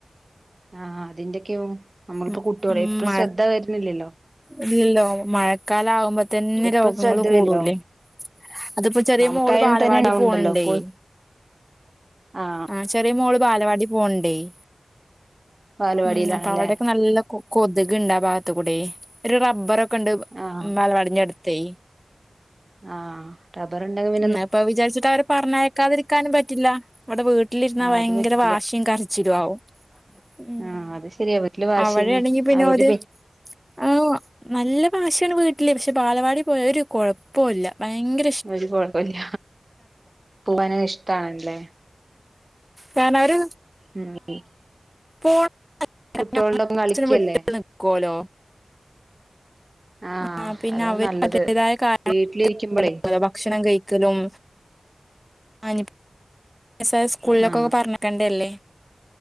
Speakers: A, on the right; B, in the centre.
A: ആഹ് അതിന്റെക്കെയാവും നമ്മളിപ്പോ
B: ഉം
A: കുട്ട്യോളെ
B: ഉം
A: എപ്പഴും
B: മഴ
A: ശ്രദ്ധ വരുന്നില്ലല്ലോ
B: ഇല്ലല്ലോ മഴക്കാകുമ്പോത്തന്നെ
A: എപ്പഴും
B: രോഗങ്ങള്
A: ശ്രദ്ധ വരില്ലോ
B: കൂടൂലേ അത്പ്പോ ചെറിയ
A: നമുക്കായാലും
B: മോള് ബാലവാടി
A: തന്നെ ഉണ്ടാവുണ്ടല്ലോ
B: പോണണ്ടേയ്
A: കൊ ആഹ്
B: ആ ചെറിയ മോള് ബാലവാടി പോണ് ണ്ടെയ്
A: ബാലവാടിയിലാണല്ലേ
B: ഉം അപ്പൊ അവിടെക്കെ നല്ല കൊതുക് ണ്ടാ ഭാഗത്ത് കൂടെയ് ഒരു റബ്ബറൊക്കെ ണ്ട്
A: ആഹ്
B: ബാലവാടിന്റെടുത്തേയ്
A: ആഹ് റബർ ഇണ്ടെങ്ക്മു
B: ഇന്നപ്പൊത് വിചാരിച്ചിട്ട വരെ പറഞ്ഞയക്കാതിരിക്കാനും പറ്റില്ല ഇവിടെ വീ ട്ടിലിരുന്നാ
A: ആഹ്
B: വയങ്കര
A: അത് പറ്റില്ല
B: വാശിയും കരച്ചിലു ആവും ഉം
A: ആഹ് അത് ശെരിയാ വീട്ടില് വാശീന്നെ
B: അവിടെയാണെങ്കി പിന്നെ
A: അവര്
B: ഓര് ആ നല്ല ബാശിയാണ് വീട്ടില് പക്ഷെ ബാലവാടി പോയാ ഒരു കൊഴപ്പൊല്ല ഭയങ്കര ഇഷ്
A: ഒരു കുഴപ്പല്ല. പോവാന് ഇഷ്ട്ടാണല്ലേ
B: കാരണ വര്
A: ഉം <unintelligible>
B: ഫോട്ടട്ക്കാൻനമ്മള്
A: കുട്ടികളോടൊപ്പം കളിക്കല്ലേ
B: ച്ചിരി വിട്ട് നിക്കോലോ
A: ആഹ്
B: ആ പിന്നെ
A: അതാ
B: അവര്
A: നല്ലത്
B: അതിന്റെതായ കാരണം
A: വീട്ടിലിരിക്കുമ്പളേ
B: <unintelligible> ഭക്ഷണം കഴി ക്കലും ആ ഇഞ്ഞിപ്പം <inaudible> വയസായ സ്കൂളിലൊക്ക
A: ആഹ്
B: പറഞ്ഞക്കണ്ടെല്ലേ